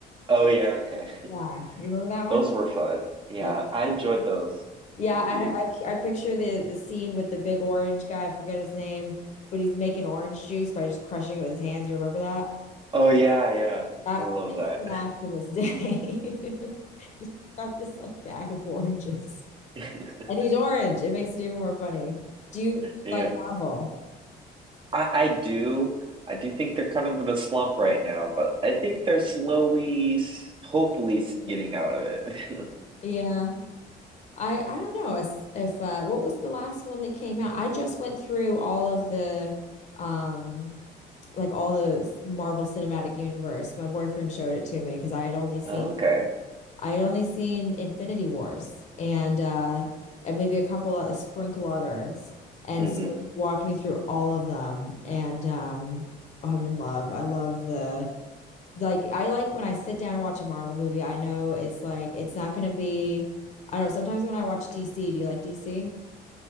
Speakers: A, on the right (about 30°); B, on the left (about 45°).
A: Oh yeah, okay.
B: Yeah, you remember
A: <laughs>
B: that one?
A: Those were fun. Yeah,
B: Yeah.
A: I enjoyed those
B: Yeah,
A: movies.
B: I, I I picture the the scene with the big orange guy. I forget his name, but he's making orange juice by just crushing it with his hands. You remember that?
A: Oh yeah, yeah.
B: That
A: I love
B: makes
A: that.
B: me laugh to this day. <laughs> Just got this like bag of oranges,
A: <laughs>
B: and he's orange. It makes it even more funny. Do you
A: Yeah.
B: like Marvel?
A: I, I do. I do think they're kind of in a slump right now, but I think they're slowly, s- hopefully, s- getting out of it. <laughs>
B: Yeah, I I don't know if, if uh, what was the last one that came out? I just went through all of the um like all the Marvel Cinematic Universe. My boyfriend showed it to me because I had only seen.
A: Oh, Okay.
B: I had only seen Infinity Wars and uh and maybe a couple of a sprinkle others. And
A: hmm
B: so he walked me through all of them and um I'm in love. I love the like I like when I sit down and watch a Marvel movie, I know it's like it's not gonna be I don't know, sometimes when I watch DC, do you like DC?